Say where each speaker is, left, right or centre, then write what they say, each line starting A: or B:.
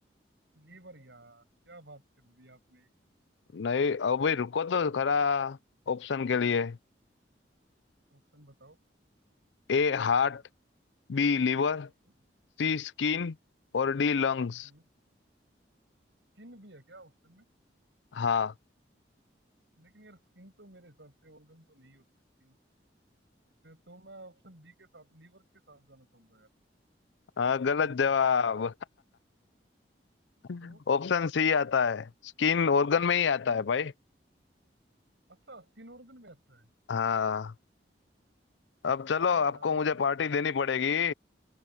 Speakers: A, on the right; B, on the left.
A: लीवर यार क्या बात कर दी आपने
B: नहीं अभी रुको तो खरा ऑप्शन के लिए
A: ऑप्शन बताओ
B: A heart B liver
A: हम्म
B: C skin
A: हम्म
B: और डी लंग्स
A: हम्म किन भी है क्या ऑप्शन में
B: हाँ
A: लेकिन यार स्किन तो मेरे हिसाब से ऑर्गन तो नहीं होती स्किन तो मैं ऑप्शन बी के साथ लीवर के साथ जाना चाहूंगा यार
B: हाँ,
A: देखते
B: गलत
A: हैं क्या
B: जवाब
A: होगा
B: <laughs>
A: तो
B: ऑप्शन सी आता है स्किन ऑर्गन में ही आता
A: स्किन
B: है भाई
A: अच्छा स्किन ऑर्गन में आता है
B: हाँ अब चलो
A: अरे
B: आपको
A: यार
B: मुझे
A: मेरे को तो
B: पार्टी
A: पता ही
B: देनी
A: नहीं था
B: पड़ेगी
A: इस बात का